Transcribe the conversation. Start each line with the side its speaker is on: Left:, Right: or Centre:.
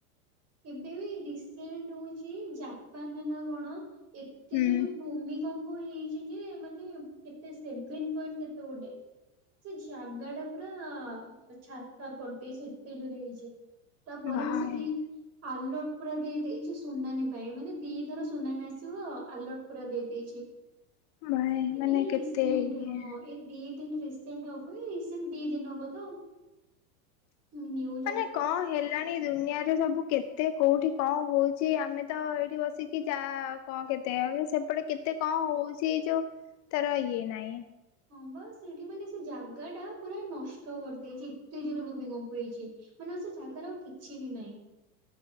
Right: ଏବେ ବି ରିସେଣ୍ଟ ହଉଚି ଜାପାନରେ ନା କଣ ଏତେ
Left: ହୁଁ
Right: ଯୋରେ ଭୂମିକମ୍ପ ହେଇଚି ଯେ ମାନେ କେତେ ସେଭେନ୍ ପଏଣ୍ଟ୍ କେତେ ଗୋଟେ। ସେ ଜାଗା ଟା ପୁରା ଛାରଖାର କରିଦେଇଚି ଏତେ ଯୋରେ ହେଇଚି। ତାପରେ
Left: ଭାଇ।
Right: ବି ସେଠି ଆଲର୍ଟ ପୁରା ଦେଇ ଦେଇଚି ସୁନାମୀ ପାଇଁ ମାନେ ଦିଥର ସୁନାମି ଆସିବ ଆଲର୍ଟ ପୁରା ଦେଇ ଦେଇଚି।
Left: ଭାଇ ମାନେ
Right: ଏଇ
Left: କେତେ
Right: ରିସେଣ୍ଟ
Left: ଇଏ
Right: ହଁ ଏଇ ଦି ଦିନ୍ ରିସେଣ୍ଟ ହବ ଏଇ ରିସେଣ୍ଟ ଦି ଦିନ ହବ ତ ଆଉ। ନ୍ୟୁ
Left: ମାନେ କଁ ହେଲାଣି ଏ ଦୁନିଆରେ ସବୁ କେତେ କୋଉଠି କଣ ହଉଚି ଆମେ ତ ଏଇଠି ବସିକି ଯା କଣ କେତେ ଯାଉଚି ସେପଟେ କେତେ କଣ ହଉଚି ଯୋଉ ଥର ଇଏ ନାଇଁ।
Right: ହଁ ବା ସେଇଠି ମାନେ ସେ ଜାଗାଟା ପୁରା ନଷ୍ଟ କରିଦେଇଚି ଏତେ ଜୋରରେ ଭୂମିକମ୍ପ ହେଇଚି। ମାନେ ସେ ଜାଗାରେ ଆଉ କିଛି ବି ନାଇଁ।